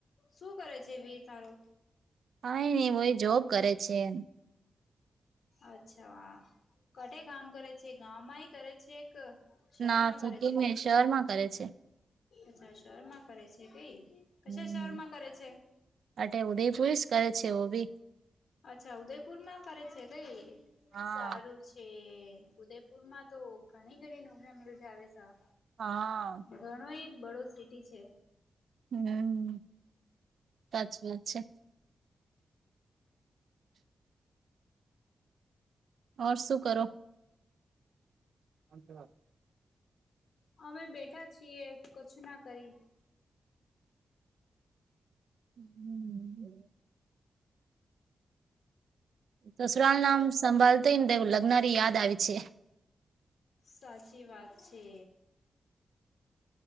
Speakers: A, on the left (about 80°); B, on the right (about 70°).
A: શું કરે છે વીર તારો?
B: કાઇ ની વાય જોબ કરે છે, એમ.
A: અચ્છા, કટે કામ કરે છે? ગામ માંય કરે છે? ક શહેરમાં
B: ના સિટી
A: કરે છે?
B: મે શહેરમાં કરે છે
A: અચ્છા, શહેરમાં કરે છે, કંઈ કસા
B: હમ
A: શહેર માં કરે છે?
B: અટે ઉદયપુર કરે છે, વોબી.
A: અચ્છા, ઉદયપુર માં કરે છે, કઈ
B: હા
A: સારું છે. કે ઉદયપુરમાં તો ઘણી ઘણી નોકરી મિલ જાવે સા.
B: હા.
A: ઘણો ય બડો સિટી છે.
B: હમ, સાચી વાત છે. ઓર શું કરો? <unintelligible>
A: અમે બેઠા છીએ, કછું ના કરી.
B: હમ. સસુરાલ નામ
A: ઓ
B: લગ્નારી યાદ આવી છે.
A: સાચી વાત છે.